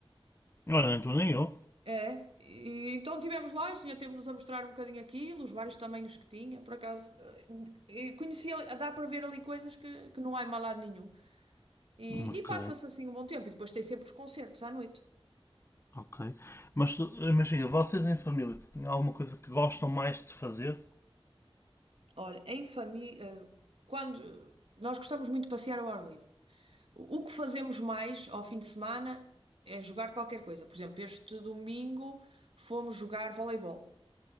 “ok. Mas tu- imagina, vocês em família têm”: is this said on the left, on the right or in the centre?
Left